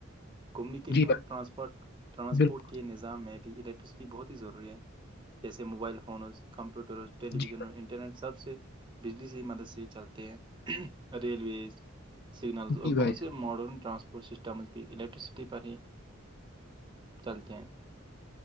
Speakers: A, on the right; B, on the left.
A: کمیونیکیشن
B: جی
A: اور
B: بھائی
A: ٹرانسپورٹ
B: بالکل
A: کے نظام میں بھی الیکٹرسٹی بہت ہی ضروری ہے جیسے موبائل فونز کمپر ٹیویژن
B: جی
A: اور انٹرنیٹ سب سے بجلی سے ہی مدد سے چلتے ہیں ریلویز سگنلز اور
B: جی بھائی
A: بہت ماڈرن ٹرانسپورٹ سسٹمز بھی الیکٹرسٹی پر ہی چلتے ہیں